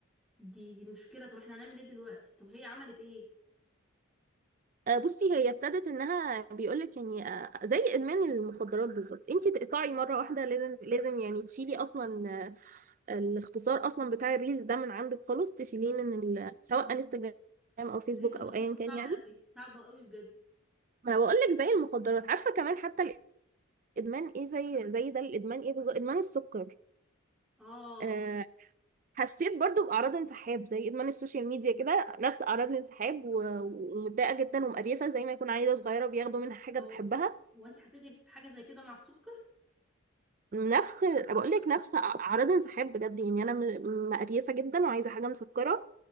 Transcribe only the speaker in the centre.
دي دي مشكلة طب احنا هنعمل ايه دلوقتي طب هي عملت ايه
مم.
بس دي بتبقى
خطوة
صعبة
قوي صعبة قوي بجد
اه
هو
هو انت حسيتي بحاجة زي كده مع السكر